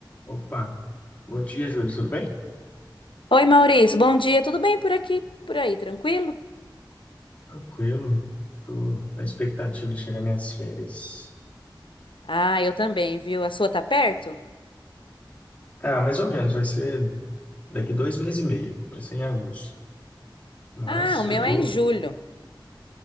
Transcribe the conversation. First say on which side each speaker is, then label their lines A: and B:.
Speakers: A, on the left (about 20°); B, on the left (about 85°).
A: Opa, bom dia, Júlio, tudo bem?
B: Oi, Maurício, bom dia. Tudo bem por aqui? Por aí, tranquilo?
A: Tranquilo, tô na expectativa de chegar minhas férias.
B: Ah, eu também, viu? A sua tá perto?
A: Cara, mais ou menos, vai ser daqui dois meses e meio, vai ser em agosto. Mas
B: Ah, o
A: já
B: meu
A: tô.
B: é em julho.